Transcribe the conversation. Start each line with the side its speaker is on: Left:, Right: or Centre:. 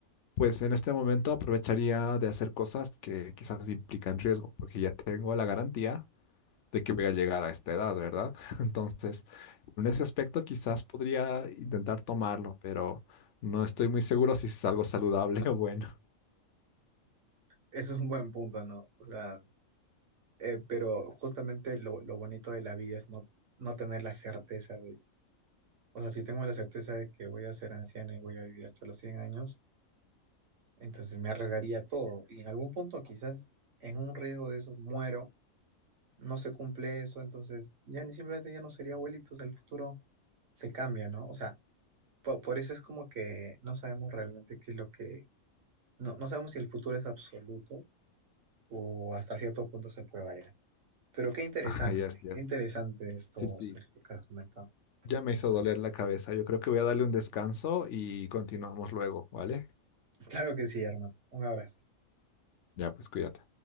Left: pues en este momento aprovecharía de hacer cosas que quizás implican riesgo, porque ya tengo la garantía de que voy a llegar a esta edad, ¿verdad? <laughs> Entonces, en ese aspecto quizás podría intentar tomarlo, pero no estoy muy seguro si es algo saludable o bueno.
Right: Eso es un buen punto, ¿no? O sea, eh, pero justamente lo, lo bonito de la vida es no, no tener la certeza de, o sea, si tengo la certeza de que voy a ser anciano y voy a vivir hasta los 100 años, entonces me arriesgaría todo. Y en algún punto quizás en un riesgo de esos muero, no se cumple eso, entonces ya ni simplemente ya no sería abuelito, o sea, el futuro se cambia, ¿no? O sea, po- por eso es como que no sabemos realmente qué es lo que, no, no sabemos si el futuro es absoluto o hasta cierto punto se puede variar. Pero qué
Left: <laughs>
Right: interesante,
Left: Ajá, yes, yes.
Right: qué interesante esto,
Left: Sí, sí.
Right: Sergio, que has comentado.
Left: Ya me hizo
Right: <laughs>
Left: doler la cabeza. Yo creo que voy a darle un descanso y continuamos luego, ¿vale?
Right: Claro que sí, hermano. Un abrazo.
Left: Ya, pues cuídate.